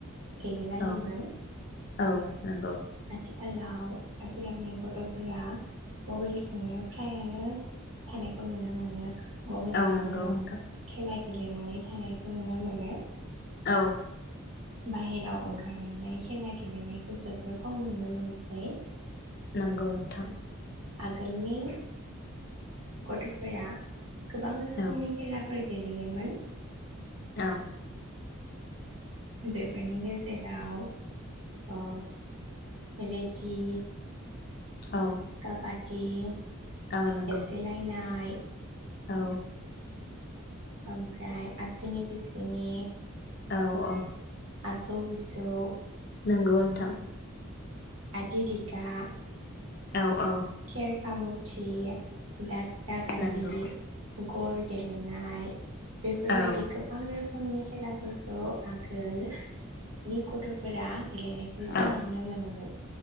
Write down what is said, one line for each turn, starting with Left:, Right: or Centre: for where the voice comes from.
Right: गेलेलायोमोन
Left: औ औ नंगौ
Right: आथिखालाव आथिखालनि गथ'फोरा मबाइलजोंनो फ्रायआनो थानायखौ नुनो मोनो। मबाइलावनो
Left: औ नोंगौ नोंथां
Right: खेला गेलेनानै थानायखौ नुनो मोनो
Left: औ
Right: बाहेराव ओंखारनानै खेला गेलेनायखौ जोबोर खम नुनो मोनसै।
Left: नोंगौ नोंथां
Right: आगोलनि गथ'फोरा गोबां रोखोमनि
Left: औ
Right: खेलाफोर गे लेयोमोन
Left: औ
Right: बेफोरनि गेजेराव ओ रेडि
Left: औ
Right: काबा <unintelligible>
Left: औ नंगौ
Right: एसेलायनाय
Left: औ।
Right: ओमफ्राय आसिनि बिसिनि
Left: औ औ
Right: सौ मिसौ
Left: नोंगौ नोंथां।
Right: आदि दि ग्ला
Left: औ औ।
Right: खेर खामुथि दा दागालि
Left: नंगौ
Right: गर गेलेनाय बेफोरबायदि
Left: औ
Right: गोबां रोखोमनि खेलाफोरखौ आ गोल नि गथ'फोरा गेलेनायखौ जों
Left: औ
Right: नुनो मोनोमोन